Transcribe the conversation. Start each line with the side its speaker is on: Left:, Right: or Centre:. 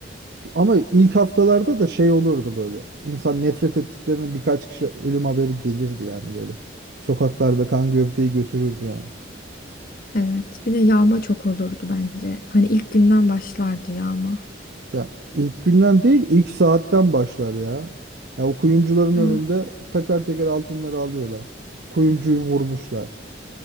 Right: ama ilk haftalarda da şey olurdu böyle. İnsan nefret ettiklerinin birkaç kişi ölüm haberi gelirdi yani böyle. Sokaklarda kan gövdeyi götürürdü yani.
Left: Evet. Bir de yağma çok olurdu bence. Hani ilk günden başlardı yağma.
Right: Ya ilk günden değil ilk saatten başlar ya. Ya o kuyumcuların önünde
Left: Evet.
Right: teker teker altınları alıyorlar. Kuyumcuyu vurmuşlar.